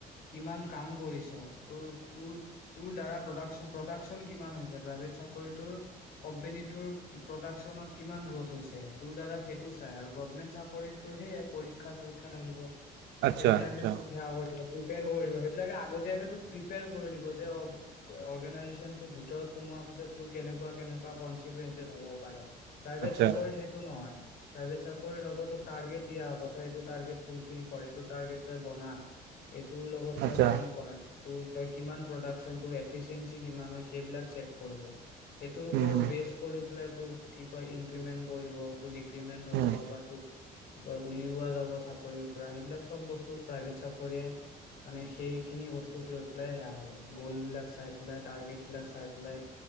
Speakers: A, on the left; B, on the right.
A: কিমান কাম কৰিছ ত তোৰ তোৰ দ্বাৰা প্ৰাক প্ৰডাকচন কিমান হৈছে প্ৰাইভেট চাকৰিটোৰ কম্পনীটোৰ প্ৰডাক তোৰ কিমান গ্ৰোথ হৈছে তোৰ দ্বাৰা সেটো চাই আৰু গভৰ্ণমেণ্ট চাকৰিত তোৰ সৈয়ে পৰীক্ষা চৰীক্ষা থাকিব।
B: আচ্ছা
A: সেইবিলাকে
B: আচ্ছা
A: তোক সেয়া হৈ দিব সেইবিলাকে আগতীয়াকে তোক প্ৰিপেয়াৰ কৰি দিব যে অৰ্গেনাইজেচন ভিতৰত সোমোৱাৰ পিছত তোৰ কেনেকুৱা কেনেকুৱা কনচিকুৱেঞ্চেছ হ'ব পাৰে। প্ৰাইভেট
B: আচ্ছা
A: চাকৰিত সেইটো নহয় প্ৰাইভেট চাকৰিত হ'ব তোক টাৰগেট দিয়া হব এইটো টাৰ্গেট ফুলফিল কৰে এইটো টাৰ্গেত তই বনা এইটোৰ লগত তই
B: আচ্ছা
A: কাম কৰ। তই কিমান প্ৰডাকচন তোৰ এফেচিৱেনচি কিমান সেইবিলাক চেক কৰিব। সেইটোৰ
B: হুম
A: ওপৰত
B: হুম
A: বেচ কৰি প্লেটো কি কয় ইনক্ৰিমেন্ট কৰিব তোৰ পেমেন্ট
B: হুম
A: হ'ব বা তোক <unintelligible> উলিওৱা যাব চাকৰিৰ পৰা সেইবিলাক চব বস্তু প্ৰাইভেট চাকৰিয়ে মানে সেইখিনি বস্তুক লৈ পেলাই সেয়া কৰে গল বিলাক চাই পেলাই, টাৰ্গেট বিলাক চাই পেলাই